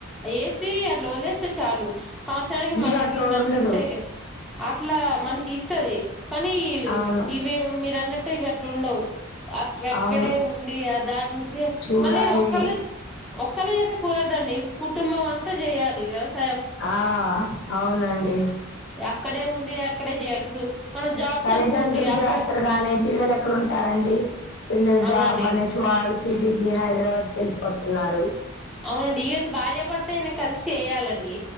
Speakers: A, in the centre; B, on the left.
A: ఏసి అట్లా వలేస్త చాలు సంవత్సరానికి
B: ఇవి
A: మళ్ళకి
B: అట్లో
A: మనకి
B: ఉండదు
A: ఇస్తే కదా అట్లా మనకి ఇస్తది కానీ
B: అవును
A: ఇవి మీరు అన్నట్టు ఇవి అట్లా ఉండవు అక్కక్కడే
B: అవును
A: ఉండి ఆ దాని నుంచే
B: చూడాలి
A: మళ్ళీ ఒక్కలే ఓ క్కలు చేస్తే కుదరదండి కుటుంబం అంతా చేయాలి వ్యవస్
B: ఆ అవునండి
A: అక్కడే ఉండి అక్కడే చేయాలి ఇప్పుడు మనం జాబ్స్
B: తల్లిదండ్రులు
A: అనుకోండి అప్ప
B: చేస్తారు గానీ పిల్లలు ఎక్కడ ఉంటారండి పిల్లలు
A: అవునండి
B: జాబ్ అనేసి వాళ్ళు సిటీకి హైదరాబాద్ కి వెళ్ళిపోతున్నారు
A: అవునండి ఈవెన్ భార్య పడితే నయను కలిసి చేయాలండి